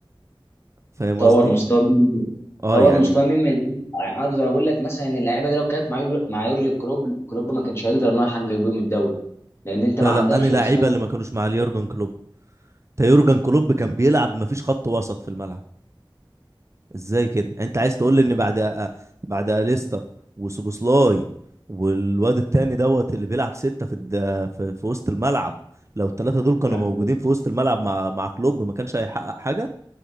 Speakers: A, on the right; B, on the left.
A: فاهم
B: طور
A: قصدي
B: مستوى مين-
A: اه
B: طور
A: يعني
B: مستوى مين من اللعيبة. يعني اقدر اقول لك مثلا ان اللعيبه دي لو كانت مع يور- مع يورجن كلوب كلوب ما كانش هيقدر ان هو يحقق بيهم الدوري لان انت ما
A: لا
B: عندكش
A: لا انا لعيبة
B: الاسماء
A: اللي ما كانوش مع اليورجن كلوب تا يورجن كلوب كان بيلعب مفيش خط وسط في الملعب ازاي كده انت عايز تقول لي ان بعد بعد اليستر وسوبوسلاي والواد التاني دوت اللي بيلعب ستة في الد... في... في وسط الملعب لو الثلاثة دول كانوا
B: الكبيره
A: موجودين في وسط الملعب مع مع كلوب ما كانش هيحقق حاجة